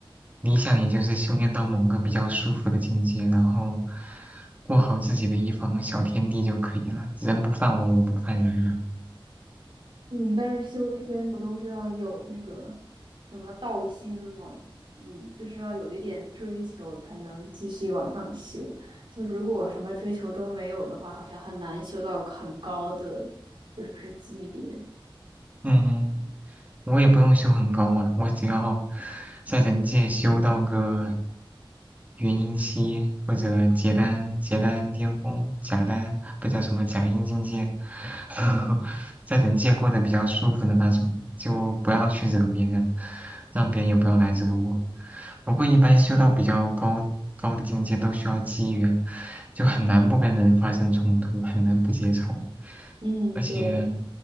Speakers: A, on the right; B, on the right.
A: 理想，也就是修炼到某个比较舒服的境界，然后过好自己的一方小天地就可以了。人不犯我，我不犯人了。
B: 嗯，但是修仙不都是要有那个什么道心吗？嗯，就是要有一点追求才能继续往上修。就如果什么追求都没有的话，好像很难修到很高的就是级别。
A: 嗯，我也不用修很高嘛，我只要在人界修到个元婴期或者结丹结丹巅峰假丹，不叫什么假阴境界，<laughs> 在人界过得比较舒服的那种，就不要去惹别人，让别人也不要来惹我。不过一般修到比较高高的境界都需要机缘，就很难不跟人发生冲突，很难不结仇。
B: 嗯，
A: 而且
B: 对，